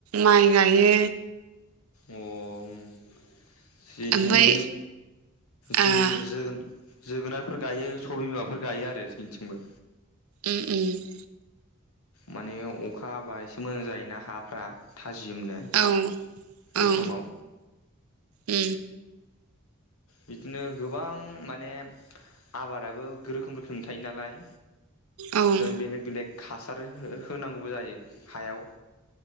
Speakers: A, on the right; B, on the left.
A: माइ गायो
B: अं जोंनिथिंबो
A: ओमफ्राय
B: इदिनो जोगो
A: ओ
B: जोगोन जोगोनार फोर गायो सबाय बिमाफोर गायो आरो जोंनिथिंबो
A: उम उम
B: माने अखा हाबा एसे मोजां जायोना हाफ्रा थाजिमनो
A: औ
B: बे
A: औ
B: समाव
A: उम
B: बिदिनो गोबां माने आबादाबो रोखोम रोखोमनि थायो नालाय
A: औ उम
B: जों बेलेक बेलेक हासार हो होनांगौ बो जायो हायाव